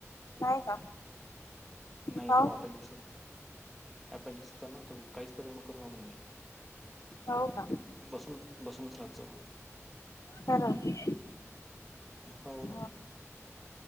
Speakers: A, on the left; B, in the centre.
A: नाही का
B: नाही
A: काऊन
B: त वापिड. अपेंडिकस होता ना काही कर कर ना मग.
A: हो का
B: बसूनच बसूनच राहत जाव.
A: तररा.
B: हो.
A: हो